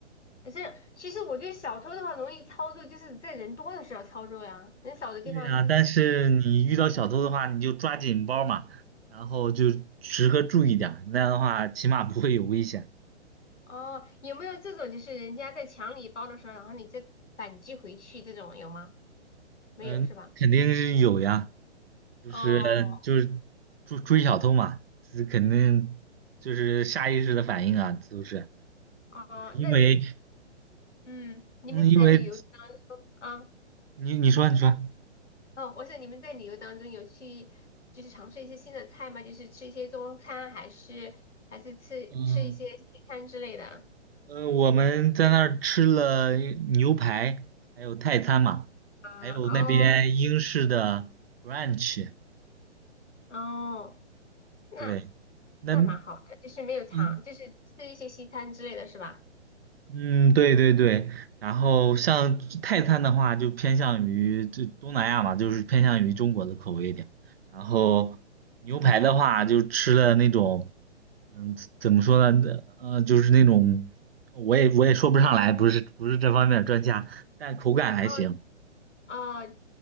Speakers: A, on the left (about 75°); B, on the right (about 55°).
A: 可是其实我觉得小偷的话容易操作，就是在人多的时候操作呀，人少的地方他怎么？
B: 对呀，但是你遇到小偷的话，你就抓紧包嘛，然后就时刻注意点儿那样的话起码不会有危险。
A: 哦，有没有这种就是人家在抢你包的时候，然后你再反击回去这种有吗？没有是吧？
B: 嗯，肯定是有呀，就是就是
A: 哦
B: 追追小偷嘛，这肯定就是下意识的反应啊，都是
A: 哦，
B: 因为
A: 那嗯，你们在旅游
B: 嗯，因为
A: 啊？
B: 你你说你说，
A: 哦，我想你们在旅游当中有去就是尝试一些新的菜吗？就是吃一些中餐，还是还是吃吃一些西餐之类的？
B: 嗯呃，我们在那儿吃了牛排，还有泰餐嘛，
A: 啊哦
B: 还有那边英式的 brunch，
A: 哦，那
B: 对。那
A: 那蛮好的，就是没有尝，
B: 嗯
A: 就是吃一些西餐之类的是吧？
B: 嗯，对对对，然后像泰餐的话，就偏向于这东南亚嘛，就是偏向于中国的口味一点。然后牛排的话，就吃了那种，嗯，怎么说呢？呃，就是那种，我也我也说不上来，不是不是这方面的专家，但口感还行。
A: 哦哦，